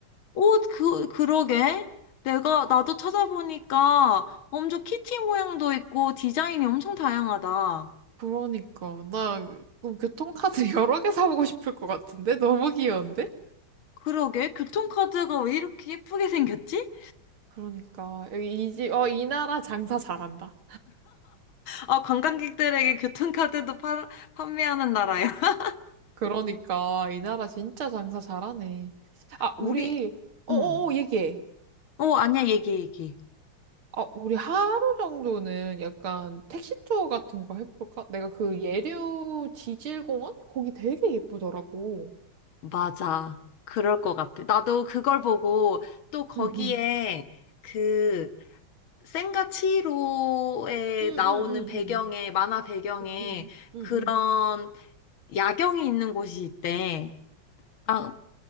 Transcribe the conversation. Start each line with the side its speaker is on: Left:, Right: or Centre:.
Left: 어, 그, 그러게. 내가, 나도 찾아보니까 엄청 키티 모양도 있고 디자인이 엄청 다양하다.
Right: 그러니까. 나 어, 교통카드 <laughs> 여러 개 사보고 싶을 것 같은데? 너무 귀여운데?
Left: 그러게. 교통카드가 왜 이렇게 예쁘게 생겼지?
Right: 그러니까 여기 이 집, 어, 이 나라 장사 잘한다.
Left: 아, 관광객들에게 교통카드도 파, 판매하는 나라야. <laughs>
Right: 그러니까 이 나라 진짜 장사 잘하네. 아,
Left: 우리,
Right: 우리 어어어
Left: 응.
Right: 얘기해.
Left: 어, 아니야, 얘기, 얘기.
Right: 아, 우리 하루 정도는 약간 택시 투어 같은 거 해볼까? 내가 그 예류 지질공원 거기 되게 예쁘더라고.
Left: 맞아. 그럴 것 같아. 나도 그걸 보고 또 거기에
Right: 응응.
Left: 그 센과 치히로에
Right: 응응응응.
Left: 나오는 배경에, 만화 배경에
Right: 응 응응.
Left: 그런 야경이 있는 곳이 있대. 아,